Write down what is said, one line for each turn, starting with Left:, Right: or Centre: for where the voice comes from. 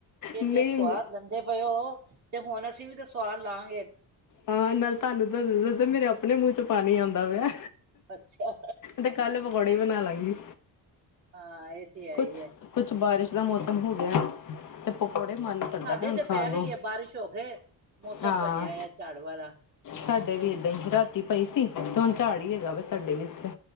Right: ਕਿ
Left: ਨਹੀਂ
Right: ਸੁਵਾਦ ਦਿੰਦੇ ਪਏ ਉਹ ਤੇ ਹੁਣ ਅਸੀਂ ਵੀ ਤੇ ਸਵਾਦ ਲਾਗੇ
Left: ਹਾਂ ਨਾਲ ਤੁਹਾਨੂੰ ਦ ਦ ਮੇਰੇ ਆਪਣੇ ਮੂਹ ਚ ਪਾਣੀ ਆਉਂਦਾ ਵਾ
Right: ਅੱਛਾ,
Left: ਤੇ ਕੱਲ ਪਕੌੜੇ ਬਣਾ ਲੱ ਗਈ
Right: ਹਾਂ ਇਹ ਤੇ ਹੈ
Left: ਕੁਛ-
Right: ਹੀ ਹੈ।
Left: ਕੁਛ ਬਾਰਿਸ਼ ਦਾ ਮੌਸਮ ਹੋ ਗਿਆ ਤੇ ਪਕੌੜੇ ਮਨ ਕਰਦਾ
Right: ਸਾਡੇ
Left: ਪਿਆ ਹੁਣ
Right: ਤੇ
Left: ਖਾਣ
Right: ਪੈ
Left: ਨੂੰ
Right: ਗਈ ਹੈ ਬਾਰਿਸ਼ ਹੋ ਕੇ ਮੌਸਮ
Left: ਹਾਂ
Right: ਬਣਿਆ ਆ ਝਾੜ ਵਾਲਾ
Left: ਸਾਡੇ ਵੀ ਏਦਾਂ ਹੀ ਰਾਤੀ ਪਈ ਸੀ
Right: ਹਾਂ
Left: ਤੇ ਹੁਣ ਚ ਹੀ ਹੈਗਾ ਵਾ ਸਾਡੇ ਵੀ ਇੱਥੇ